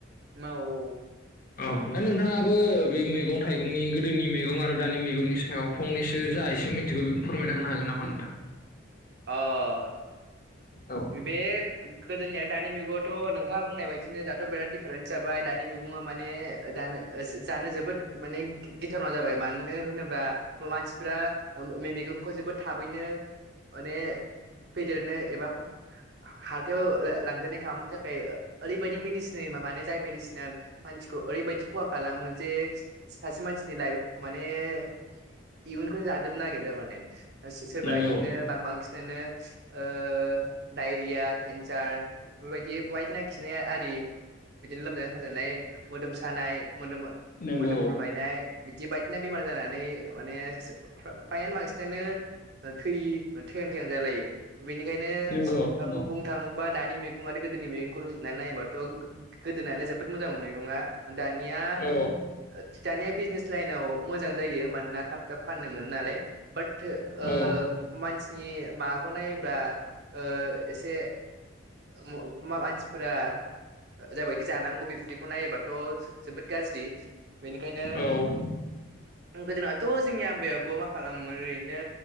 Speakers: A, on the right; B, on the left.
A: औ
B: औ दा नोंथाङाबो बे मैगं-थाइगंनि गोदोनि मैगं आरो दानि मैगंनि सायाव फंनैसो जा एसे मिथिगौ बेखौ फोरमायना होनो हागोन नामा नोंथां?
A: अ,
B: औ
A: बे गोदोनिया दानि मैग'ङावथ' नों थाङा बुंनाय बादिनो दाथ' बिराद डिफारेन्स जाबाय दानि मैग'ङा माने दानो ओ जा-जानो जोबोद माने गिथावना जाबाय मानो होनो बा मानसिफ्रा ओ मै-मैगंखौ जोबोद थाबैनो माने फेदेरनो एबा हाथायाव लां-लांजानाय खालामनो थाखाय ओरैबादि मेडि सिन होयो माने जाय बायदिसिना मानसिखौ ओरैबायदि खहा खालामो जे सासे मानसिनि लाइफ माने इयुनखौनो जाजोबनो नागिरो माने सो-सोरबा
B: नंगौ
A: इदिनो बां-बांसि नानो ओ डायरिया, केन्सार, बिफोरबायदि बायदिसिना खिनाय आरि बिदिनो लोमजानाय-साजानाय, मोदोम सानाय, मोदोम
B: नंगौ
A: मोदोम रुमायनाय बिदि बायदिसिना बेमार जानानै माने सो-फ्रा-फ्रायानो बांसिनानो ओ थै हां थैहां जालायो। बेनिखायनो
B: नंगौ नंगौ
A: ओ बु-बुंनो थाङोबा दानि मैगं आरो गोदोनि मैगंखौ रु जुना नायोबाथ' गोदोनानो जोबोद मोजांमोन मैगंआ दानिया
B: औ
A: ओ दानिया बिजनेस लाइनाव मोजां जायो मानोना थाब थाब फाननो मोनो नालाय, बाट ओ ओ
B: औ
A: मानसिनि माबाखौ नायोबा ओ एसे मा-मा-मानसिफोरा जाबायदि जानांगौ बिबदिखौ नायोबाथ' जोबोद गाज्रि। बेनिखायनो
B: औ उम
A: गोदोनाथ' जोंनि आबै आबौआ मा खालामोमोन ओरैनो